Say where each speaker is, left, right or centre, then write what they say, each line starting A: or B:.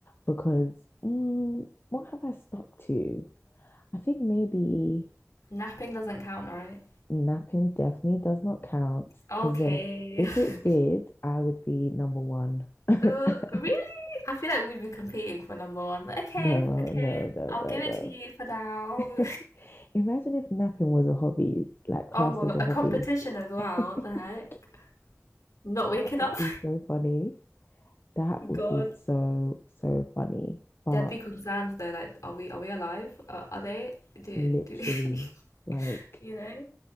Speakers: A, on the left (about 45°); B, on the left (about 80°).
A: Because mm, what have I stuck to? I think maybe
B: Napping doesn't count, right?
A: napping definitely does not count
B: Okay.
A: because then if it
B: <laughs>
A: did, I would be number one. <laughs>
B: Uh, really? I feel like we'd be competing for number one, but okay,
A: No,
B: okay.
A: no, no,
B: I'll
A: no,
B: give it
A: no.
B: to you for now.
A: <laughs> Imagine if napping was a hobby,
B: <laughs>
A: like classed
B: oh my
A: as
B: god,
A: a
B: a
A: hobby.
B: competition
A: <laughs>
B: as well.
A: That
B: What the heck? Not waking
A: would
B: up.
A: be so funny. That would
B: <laughs> God.
A: be so, so funny. But
B: There'd be concerns though, like, are we are we alive? Uh, are they? Do
A: literally,
B: do
A: like,
B: <laughs> you know?